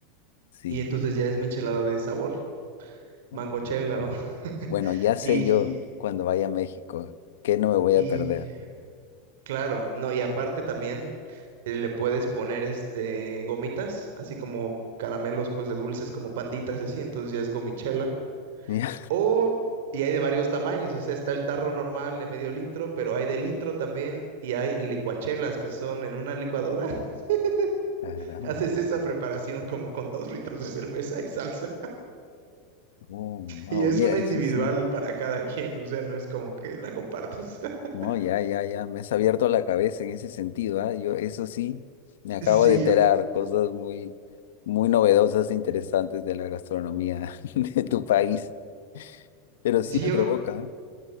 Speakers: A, on the left (about 90°); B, on the right (about 65°).
A: sí.
B: y entonces ya es michelada de sabor,
A: Oh,
B: mangochela.
A: mira, caramba.
B: o- <laughs>
A: Bueno, ya sé
B: Y,
A: yo cuando vaya a México que no me voy
B: y
A: a perder.
B: claro, no, y aparte también eh, le puedes poner este gomitas, así como caramelos pues de dulces como panditas, así, entonces ya es gomichela.
A: <laughs> Ya,
B: O, y hay de varios tamaños, o sea, está el tarro normal de medio litro, pero hay de litro también y hay licuachelas que son en una licuadora. <laughs>
A: Caramba.
B: Haces esa preparación como con dos litros de cerveza y salsa.
A: Oh, wow,
B: Y es
A: mira,
B: una individual
A: eso sí.
B: para cada quien, o sea, no es como que la compartes. <laughs>
A: No, ya, ya, ya. Me has abierto la cabeza en ese sentido, ¿ah? Yo, eso sí, me acabo
B: Sí,
A: de enterar
B: yo,
A: cosas muy, muy novedosas e interesantes de la gastronomía <laughs> de tu país. Pero
B: sí,
A: sí me
B: yo
A: provoca,
B: creo,
A: ¿ah?